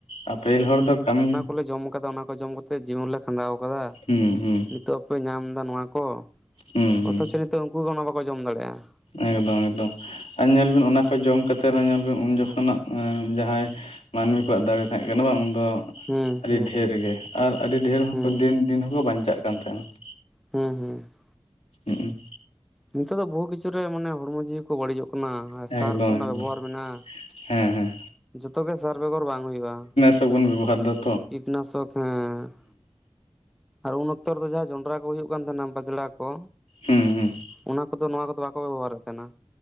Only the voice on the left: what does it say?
ᱟᱨ ᱯᱟᱹᱦᱤᱞ ᱦᱚᱲ ᱫᱚ ᱠᱟᱹᱢᱤ
ᱦᱩᱸ ᱦᱩᱸ
ᱦᱩᱸ ᱦᱩᱸ
ᱮᱠᱫᱚᱢ ᱮᱠᱫᱚᱢ ᱟᱨ ᱧᱮᱞ ᱵᱤᱱ ᱚᱱᱟ ᱠᱚ ᱡᱚᱢ ᱠᱟᱛᱮ ᱨᱮᱦᱚᱸ ᱧᱮᱞ ᱵᱤᱱ ᱩᱱ ᱡᱚᱠᱷᱚᱱᱟᱜ ᱡᱟᱦᱟᱸᱭ ᱢᱟᱹᱱᱢᱤ ᱠᱚᱣᱟᱜ ᱫᱟᱲᱮ ᱛᱟᱦᱮᱸ ᱠᱟᱱᱟ ᱵᱟᱝ ᱩᱱᱫᱚ
ᱟᱹᱰᱤ
ᱰᱷᱮᱨ ᱜᱮ ᱟᱨ ᱟᱹᱰᱤ ᱰᱷᱮᱨ ᱦᱚᱸᱠᱚ
ᱫᱤᱱ ᱫᱤᱱ ᱦᱚᱸᱠᱚ ᱵᱟᱧᱪᱟᱜ ᱠᱟᱱ ᱛᱟᱦᱮᱸᱼᱟ ᱾
ᱦᱩᱜᱼᱩᱸ ᱾
ᱮᱠᱫᱚᱢ
ᱮᱠᱫᱚᱢ
ᱦᱮᱸ
ᱦᱮᱸ
ᱱᱤᱛᱚᱜ ᱵᱚᱱ ᱵᱮᱵᱚᱦᱟᱨ ᱫᱚ ᱾
ᱦᱩᱸ ᱦᱩᱸ ᱾